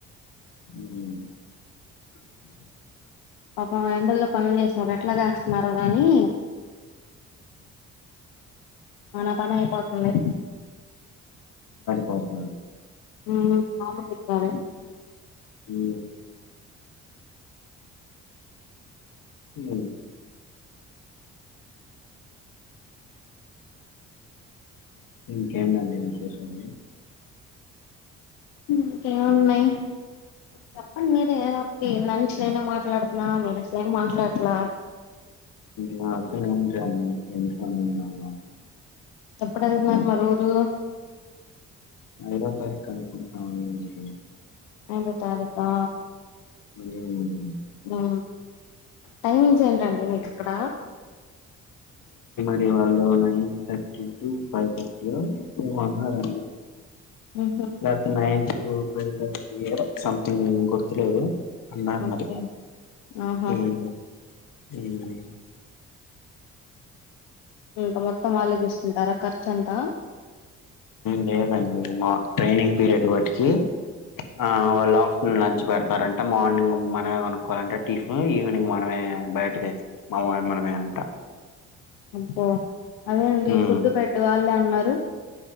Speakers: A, on the left; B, on the left.
A: ఇ
B: అప్ప వండల్ పనులు చేశారు ఎట్లా చేస్తన్నారు గని మన పని అయిపోతుంది
A: బస్న్నాన్
B: ఆ మాములు కారే
A: హు అ ఇంకేం చేస్ అవి
B: ఇంకేమున్నాయి చెప్పండి మీరు ఏదోటి మంచి నైనే మాట్లాడుతున్నా మీరసలు ఏం మాట్లాడట్లా
A: మాకు అసలు ఏముంటాయి అండి అ
B: ఎప్పుడు వెళ్తున్నారు మరు ఊరు
A: ఐదవ తారీకు అనుకుంటున్నామండి మీరు
B: ఐదు తారీఖా
A: ఉ
B: ఆ టైమింగ్స్ ఏంటండి మీకు అక్కడ.
A: ఇవ్వాలో nine thirty to five thirty ఓ ఏమో అన్నారండి.
B: ఉహు
A: లేపోతే నైన్. ఫైవ్ థర్టీ ఏదో సంథింగ్ గుర్తులేదు. అన్నారు
B: ఓకే
A: మరి.
B: ఆహా
A: ఉహు ఉహు
B: ఇంకా మొత్తం వాళ్ళు చుసుకుంటారా ఖర్చు. ఖర్చు అంత.
A: లేదండి మా ట్రైనింగ్ పీరియడ్ వాటికి. ఆ వాళ్ళు ఆఫ్టర్నూన్ లంచ్ పెడతారంటే మార్నింగ్. మనమే కోనుకోవాలంటే టిఫిన్. ఈవినింగ్ మనమే బయట తెచ్చుకో మామ మనమే అంట.
B: అబ్బో అదే అండి
A: ఉమ్,
B: ఫుడ్ బెడ్ వాళ్ళు అన్నారు. హలో